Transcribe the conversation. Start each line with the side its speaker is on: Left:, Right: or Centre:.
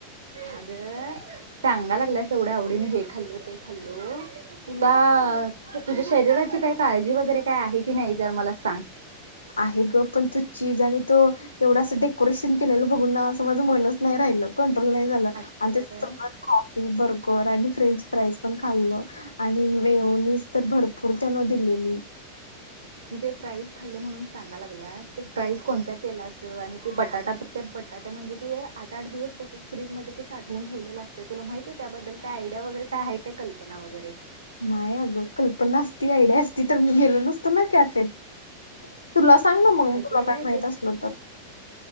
Right: अगं टांगा लागलाच एवढ्या आवडीने हे खाल्लो ते खाल्लो. तुला तुझ्या शरीराची काही काळजी वगैरे काय आहे की नाही जर मला सांग.
Left: आहे ग पण तो चीज आणि तो एवढं असं डेकोरेशन केलेलं बघून ना असं माझं मनच नाही राहिलं कंट्रोल नाही. झा त्याच्या
Right: अगं
Left: सोबत कॉफी बर्गर आणि फ्रेंच फ्राई पण खाल्लं. आणि वेहनीच तर भरपूर त्यान दिलेली
Right: तू ते प्राइस खाल्ल म्हणून सांगा लागल्यास ते प्राइस कोणत्या तेलाचं आणि ते बटाटा ते बटाटे म्हणजे ते आठ आठ दिवस तसंच फ्रीजमध्ये ते साठवून ठेवलेलं असते तुला माहिती आहे त्याबद्दल काय आयडिया वगैरे आहे काय कल्पना वगैरे
Left: माय अगं कल्पना असती आयडिया असती तर मी गेलो नसतो ना कॅफेत तुला सांग ना मग
Right: अगे
Left: तुला काय माहित असल तर